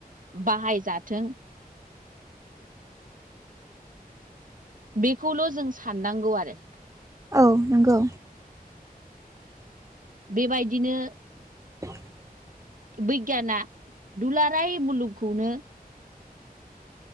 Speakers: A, on the right (about 60°); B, on the right (about 20°).
A: बाहायजाथों, बेखौल' जों साननांगौ। आरो
B: औ नंगौ।
A: बेबायदिनो
B: <unintelligible> <inaudible>
A: बिगियाना दुलाराय मुलुगखौनो